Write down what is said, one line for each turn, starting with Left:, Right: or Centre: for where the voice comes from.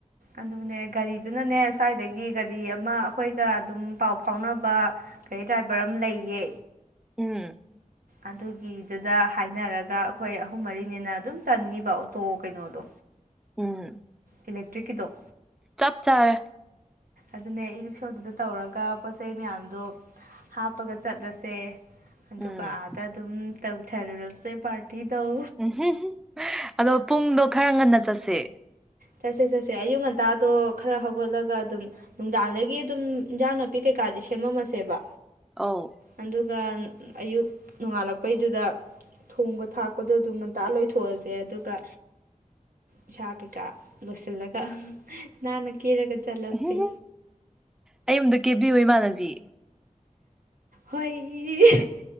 Right: ꯑꯗꯨꯅꯦ ꯒꯥꯔꯤꯗꯨꯅꯅꯦ ꯁ꯭ꯋꯥꯏꯗꯒꯤ ꯒꯥꯔꯤ ꯑꯃ ꯑꯩꯈꯣꯏꯒ ꯑꯗꯨꯝ ꯄꯥꯎ ꯐꯥꯎꯅꯕ ꯒꯔꯤ ꯗ꯭ꯔꯥꯏꯚꯔ ꯑꯃ ꯂꯩꯌꯦ
Centre: ꯎꯝ
Right: ꯑꯗꯨꯒꯤꯗꯨꯗ ꯍꯥꯏꯅꯔꯒ ꯑꯈꯣꯏ ꯑꯍꯨꯝ ꯃꯔꯤꯅꯤꯅ ꯑꯗꯨꯝ ꯆꯟꯅꯤꯕ ꯑꯣꯇꯣ ꯀꯩꯅꯣꯗꯣ
Centre: ꯎꯝ
Right: ꯏꯂꯦꯛꯇ꯭ꯔꯤꯛꯀꯤꯗꯣ
Centre: ꯆꯞ ꯆꯥꯔꯦ
Right: ꯑꯗꯨꯅꯦ ꯏ ꯔꯤꯛꯁꯣꯗꯨꯗ ꯇꯧꯔꯒ ꯄꯣꯠꯆꯩ ꯃꯌꯥꯝꯗꯣ ꯍꯥꯞꯄꯒ ꯆꯠꯂꯁꯦ ꯑꯗꯨꯒ
Centre: ꯎꯝ
Right: ꯑꯥꯗ ꯑꯗꯨꯝ ꯇꯧꯊꯔꯨꯔꯁꯦ ꯄꯥꯔꯇꯤꯗꯧ
Centre: ꯎꯝꯍꯨꯝ ꯑꯗꯣ ꯄꯨꯡꯗꯣ ꯈꯔ ꯉꯟꯅ ꯆꯠꯁꯦ
Right: ꯆꯠꯁꯦ ꯆꯠꯁꯦ ꯑꯌꯨꯛ ꯉꯟꯇꯥꯗꯣ ꯈꯔ ꯍꯧꯒꯠꯂꯒ ꯑꯗꯨꯝ ꯅꯨꯡꯗꯥꯡꯗꯒꯤ ꯑꯗꯨꯝ ꯏꯟꯖꯥꯡ ꯅꯥꯄꯤ ꯀꯩꯀꯥꯗꯤ ꯁꯦꯝꯃꯝꯃꯁꯦꯕ
Centre: ꯑꯧ
Right: ꯑꯗꯨꯒ ꯑꯌꯨꯛ ꯅꯣꯡꯉꯥꯜꯂꯛꯄꯩꯗꯨꯗ ꯊꯣꯡꯕ ꯊꯥꯛꯄꯗꯣ ꯑꯗꯨꯝ ꯉꯟꯇꯥ ꯂꯣꯏꯊꯣꯛꯑꯁꯦ ꯑꯗꯨꯒ ꯏꯁꯥ ꯀꯩꯀꯥ ꯂꯣꯏꯁꯤꯜꯂꯒ ꯅꯥꯟꯅ ꯀꯦꯔꯒ ꯆꯠꯂꯁꯤ
Centre: ꯎꯝꯍꯨꯝ ꯑꯩ ꯑꯝꯗ ꯀꯦꯕꯤꯌꯨ ꯏꯃꯥꯟꯅꯕꯤ
Right: ꯍꯣꯏ